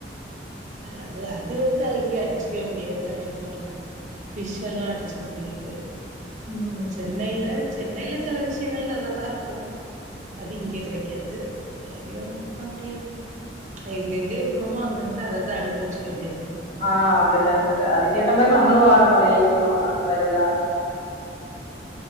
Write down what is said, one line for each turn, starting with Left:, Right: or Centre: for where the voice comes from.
Right: அதாது அது வந்து இங்கே அடிச்சுக்வே முடியாது கன்னியாகுமரில ஃபிஷ் எல்லா அடிச்சு க முடியாது
Left: உம்
Right: சென்னைல சென்னைல செல விஷய்ங்கள் நல்லாதார்க்கூ அது இங்க கெடைக்காது செரி ஒன்னும் பண்ண முடியாது எங்கெங்க இர்க்கோமோ அங்கங்க அதத அனுபவிச்சிக்க வேண்டியதா
Left: ஆ அப்டிதா ஸ்டர் அதுக்கேத்த மாரி நம்மளு வாழ பழகிக்கிணு அந்த மாரிதா <unintelligible>